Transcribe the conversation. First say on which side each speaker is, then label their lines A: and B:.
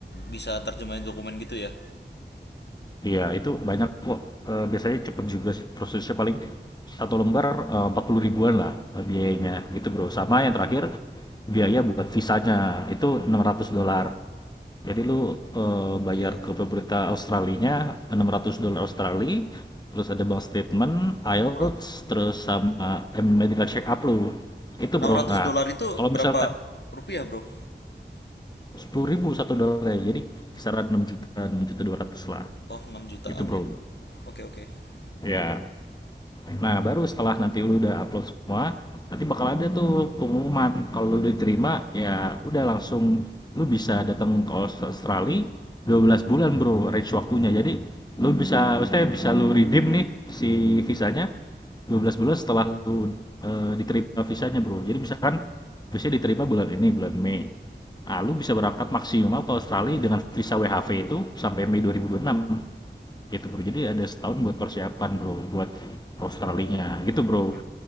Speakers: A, on the left (about 65°); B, on the left (about 20°).
A: bisa terjemahin dokumen gitu ya
B: iya itu banyak kok Eh, biasanya cepet juga sih prosesnya paling satu lembar eh, empat puluh ribuan lah eh, biayanya gitu bro sama yang terakhir biaya buat visanya itu enam ratus dolar Jadi lu eh,
A: oke
B: bayar ke pemerintah Australinya 600 dolar Australia, terus ada bank statement, IELTS,
A: Okay.
B: terus sama eh, medical check up lu. Itu
A: enam
B: bro.
A: ratus
B: Nah,
A: dolar itu
B: kalau
A: berapa
B: misalkan
A: rupiah bro
B: 10.000 satu dolarnya, jadi kisaran 6 juta, 6 juta 200 lah.
A: oh enam jutaan
B: Itu bro.
A: ya oke okay, oke Okay.
B: Ya, Nah, baru setelah nanti lu udah upload semua, nanti bakal ada tuh pengumuman. Kalau lu diterima, ya udah langsung lu bisa datang ke Aus- Australia 12 bulan, Bro, range waktunya. Jadi, lu bisa maksudnya bisa lu redeem nih si visanya 12 bulan setelah lu eh, diterima visanya, Bro. Jadi, misalkan bisa diterima bulan ini, bulan Mei. Nah, lu bisa berangkat maksimal ke Australia dengan visa WHV itu sampai Mei 2026 gitu bro jadi ada setahun buat persiapan bro buat Australinya
A: Oh,
B: gitu
A: oke
B: bro
A: oke.